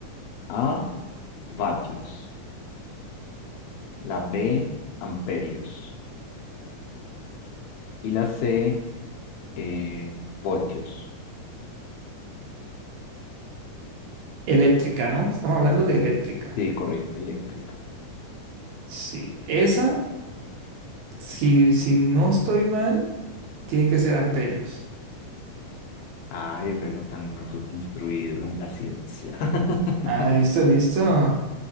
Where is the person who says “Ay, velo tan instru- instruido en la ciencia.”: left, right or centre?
Left